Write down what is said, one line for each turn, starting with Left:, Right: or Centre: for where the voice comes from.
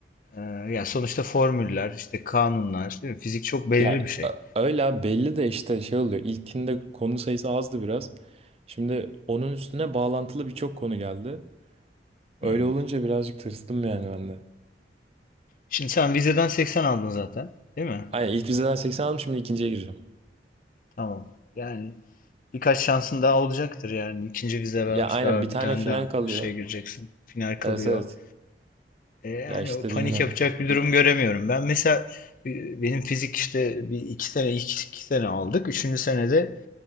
Left: e, ya sonuçta formüller, işte kanunlar, değil mi? Fizik çok belirli
Right: Ya
Left: bir şey.
Right: ö- öyle belli de işte şey oluyor. İlkinde konu sayısı azdı biraz. Şimdi onun üstüne bağlantılı birçok konu geldi. Öyle
Left: Hmm.
Right: olunca birazcık tırstım yani ben de.
Left: Şimdi sen vizeden 80 aldın zaten, değil mi?
Right: Aynen ilk vizeden 80 aldım şimdi ikinciye gireceğim.
Left: Tamam. Yani Birkaç şansın daha olacaktır yani. İkinci vize var.
Right: Ya aynen
Left: Daha
Right: bir tane
Left: bir tane
Right: final
Left: daha
Right: kalıyor.
Left: şeye gireceksin. Final kalıyor.
Right: Evet evet.
Left: E, yani
Right: Ya işte
Left: o panik
Right: bilmiyorum.
Left: yapacak bir durum göremiyorum. Ben mesela e, benim fizik işte bir iki sene ilk iki sene aldık. Üçüncü senede